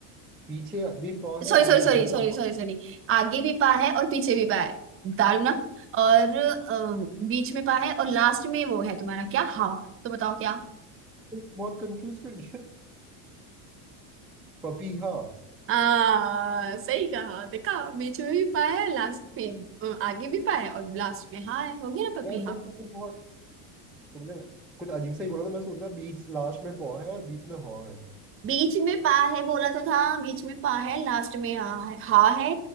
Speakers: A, in the centre; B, on the right.
A: पीछे अभी पौ है
B: Sorry
A: और
B: sorry
A: आगे
B: sorry
A: बीच
B: sorry
A: में <laughs> हा।
B: sorry sorry आगे भी पा है और पीछे भी पा है दारू ना और अ, बीच में पा है और लास्ट में वो है तुम्हारा क्या हवा तो बताओ क्या
A: तुमने बहुत कंफ्यूज कर दिया पपीहा
B: हाँ सही कहा देखा बीच में भी पा है लास्ट पे अ, आगे भी पा है और लास्ट में हाँ है हो गया ना पपी
A: यार
B: हाँ
A: बट तुमने बहुत तुमने कुछ अजीब सा ही बोला था मैं सोच रहा बीच लास्ट में पौ है और बीच में हॉ है
B: बीच में पा है बोला तो था बीच में पा है लास्ट में हा है हा है